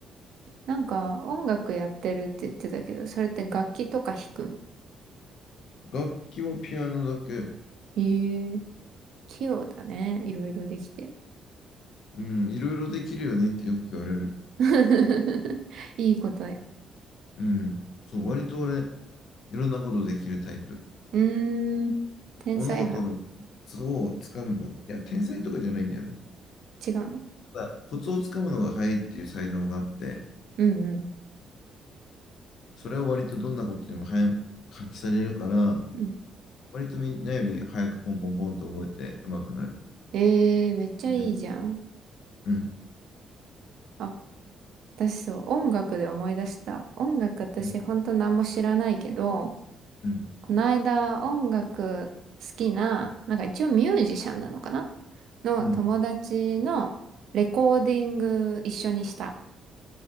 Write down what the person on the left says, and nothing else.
楽器はピアノだけ。
うん、いろいろできるよねってよく言われる。
うん、そう、割と俺、いろんなことできるタイプ。
物事のコツをつかむの。いや、天才とかじゃないんだよね。
ただ、コツをつかむのが早いっていう才能があって、
それは割とどんなことにも早く発揮されるから、
割とみんなより早くポンポンポンと覚えて上手くなる。
で、うん、
うん、うん、
うん。